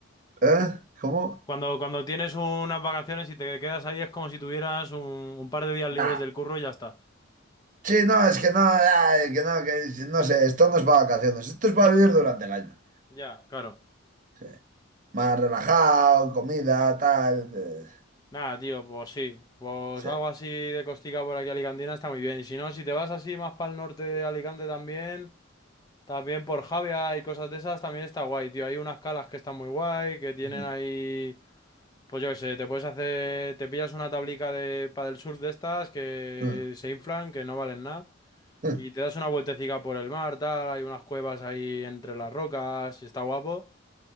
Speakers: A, on the right; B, on the left.
A: ¿Eh? ¿Cómo?
B: Cuando, cuando tienes unas vacaciones y te quedas ahí es como si tuvieras un, un par de días libres
A: Nah.
B: del curro y ya está.
A: Sí, no, es que no, ay, que no, que es- no sé, esto no es para vacaciones, esto es para vivir durante el año.
B: Ya, claro.
A: Sí. Más relajado, comida, tal. eh,
B: Nada, tío, pues sí. Pues
A: sí.
B: algo así de costica por aquí alicantina está muy bien. Y si no, si te vas así más para el norte de Alicante también, también por Javea y cosas de esas, también está guay, tío. Hay unas calas que están muy guay,
A: <laughs>
B: que tienen
A: Mm, mm,
B: ahí... Pues yo qué sé, te puedes hacer... Te pillas una tablica de del surf de estas que
A: mm,
B: se inflan, que no valen nada.
A: mm,
B: Y te das una vueltecica por el mar, tal, hay unas cuevas ahí entre las rocas y está guapo.